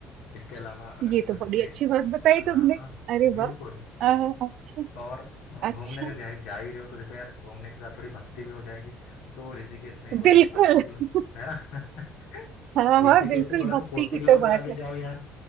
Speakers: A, on the left; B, on the right.
A: इसके अलावा अगर
B: ये
A: देखो
B: तो बड़ी
A: जैसे
B: अच्छी बात बताई
A: हाँ
B: तुमने
A: हाँ
B: अरे
A: बिल्कुल
B: वाह अ, अच्छा
A: और अ, घूमने
B: अच्छा
A: अगर जा ही जा ही रहे हो तो देखो यार घूमने के साथ थोड़ी भक्ति भी हो जाएगी तो ऋषिकेश में थोड़ा
B: बिल्कुल
A: सा फोर्टी किलो
B: <laughs>
A: है ना <laughs>
B: हाँ
A: ऋषिकेश
B: हाँ बिल्कुल
A: से थोड़ा
B: भक्ति
A: सा फोर्टी
B: की
A: किलोमीटर
B: तो बात
A: आगे
B: है
A: जाओ यार